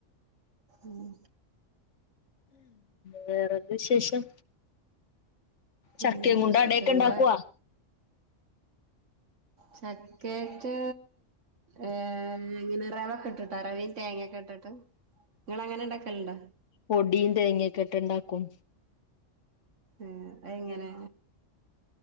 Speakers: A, on the right; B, on the left.
A: ഉം
B: വേറെന്ത് വിശേഷം ചക്കേംകൊണ്ട്
A: നല്ല വിശേഷം
B: അടേക്കെ
A: ഇങ്ങള്
B: ഇണ്ടാക്കോ
A: ചക്കേറ്റ് ഏ അങ്ങനെ റവൊക്കെ ഇട്ടിട്ടോ അറവയും തേങ്ങൊക്കെ ഇട്ടിട്ട് നിങ്ങളെ ങ്ങനെ ഇണ്ടൊക്കലുണ്ടോ
B: പൊടിയും തേങ്ങേക്കിട്ട് ഒണ്ടാക്കും
A: ഏ അയെങ്ങനെ